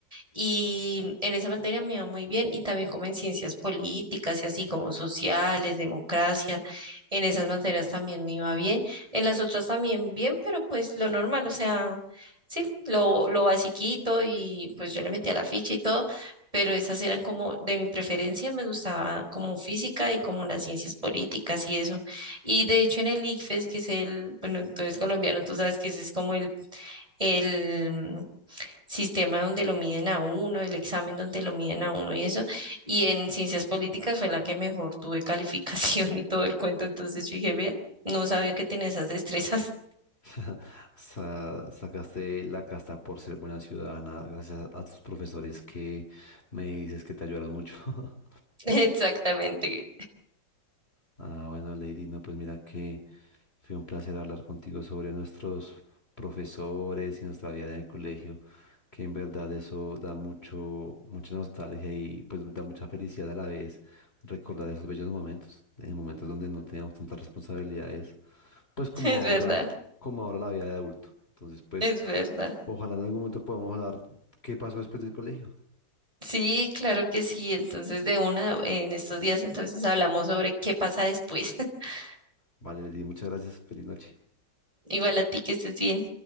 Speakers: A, on the right; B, on the left.
A: y en esa materia me iba muy bien y también como en ciencias políticas y así como sociales, democracia, en esas materias también me iba bien, en las otras también bien, pero pues lo normal, o sea, sí, lo, lo basiquito y pues yo le metía la ficha y todo, pero esas eran como de mi preferencia, me gustaba como física y como las ciencias políticas y eso. Y de hecho en el ICFES, que es el, bueno, tú eres colombiano, tú sabes que ese es como el, el sistema donde lo miden a uno, el examen donde lo miden a uno y eso. Y en ciencias políticas fue la que mejor tuve <laughs> calificación y todo el cuento. Entonces yo dije, vea, no sabía que tenía esas destrezas.
B: <laughs> Sa- sacaste la casta por ser buena ciudadana gracias a, a tus profesores que me dices que te ayudaron mucho. <laughs>
A: <laughs> Exactamente,
B: Ah, bueno, Lady, no, pues mira que... Fue un placer hablar contigo sobre nuestros profesores y nuestra vida en el colegio, que en verdad eso da mucho, mucha nostalgia y pues da mucha felicidad a la vez recordar esos bellos momentos, en momentos donde no teníamos tantas responsabilidades, pues como
A: es
B: ahora,
A: verdad,
B: como ahora la vida de adulto. Entonces, pues
A: es verdad.
B: ojalá en algún momento podamos hablar qué pasó después del colegio.
A: Sí, claro que sí. Entonces de una, en estos días entonces hablamos sobre qué pasa después. <laughs>
B: Vale, Lady, muchas gracias. Feliz noche.
A: Igual a ti que estés bien.